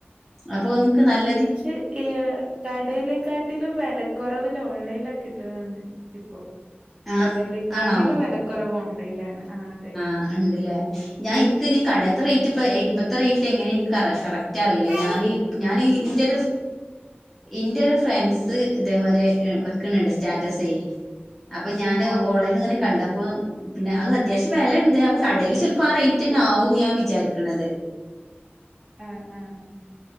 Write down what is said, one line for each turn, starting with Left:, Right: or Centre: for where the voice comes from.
Centre: അപ്പൊ നമുക്ക് നല്ല
Right: പക്ഷെ ഏഹ് കടേലക്കാ ട്ടിലും വെലക്കൊറവില് ഓൺലൈലാ കിട്ട്ണന്ന് ഇപ്പൊ
Centre: ആഹ്
Right: കടയിലേക്കാട്ടിലും
Centre: ആണോ
Right: വെലക്കൊറവ് ഓൺലൈലാണ് ആഹ് അതെ
Centre: അ ഇണ്ട്ലെ ഞാൻ ഇൻക്ക് ഇഞ്ഞ് കടേത്ത
Right: ആഹ്
Centre: റൈറ്റ്
Right: ആഹ്
Centre: ഇപ്പ ഏയി ഇപ്പത്തെ റൈറ്റ് എങ്ങനെ ഇൻക്ക് കറക് കറക്റ്റ് അറീല
Right: ആ
Centre: ഞാന് ഞാന് ഇന്റൊരു ഇന്റൊരു ഫ്രണ്ട്സ് ഇതേമാരി വെക്ക്ണണ്ട് സ്റ്റാറ്റസെ അപ്പ ഞാന്
Right: ആ
Centre: ഓളേന്ന് ഇങ്ങനെ കണ്ടപ്പോം പിന്നെ അത് അത്യാവശ്യം വെലണ്ട് അപ്പൊ കടേല് ചെല്പപം ആ റൈറ്റന്നെ ആവുന്ന് ഞാൻ വിചാരിക്ക്ണത്
Right: ആഹ് ആഹ്